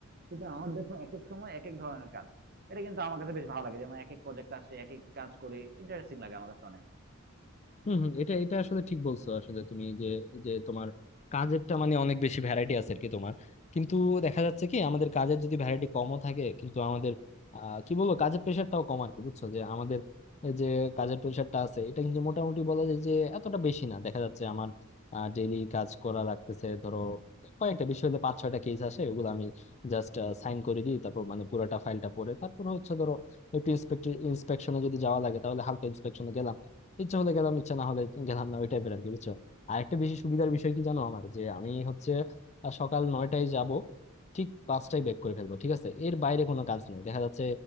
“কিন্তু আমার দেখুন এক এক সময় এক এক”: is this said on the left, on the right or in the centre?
Right